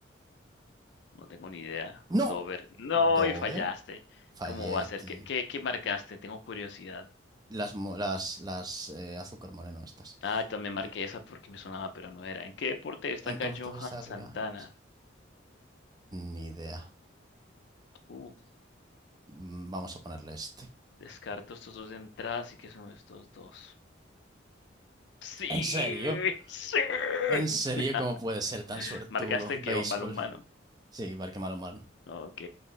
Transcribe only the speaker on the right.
¡No!
¿Dover?
Falletti,
las, mo- las, las eh, azúcar moreno estas.
¿En,
en qué oferta
estaba
yo antes? Ni idea.
Mm, Vamos a ponerle este.
¿En serio?
¿En serio
cómo puede ser tan
suertudo?
Béisbol.
Sí, Barque malo Marno.